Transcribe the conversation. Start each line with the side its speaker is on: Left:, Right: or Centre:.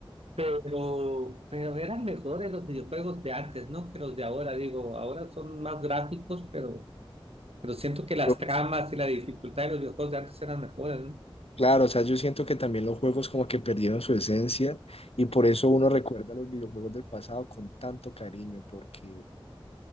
Right: Pero, pero eran mejores los videojuegos de antes, ¿no? Que los de ahora, digo, ahora son más gráficos, pero, pero siento que las
Left: yo-
Right: tramas y la dificultad de los videojuegos de antes eran mejores, ¿no?
Left: claro, o sea, yo siento que también los juegos como que perdieron su esencia y por eso uno recuerda los videojuegos del pasado con tanto cariño, porque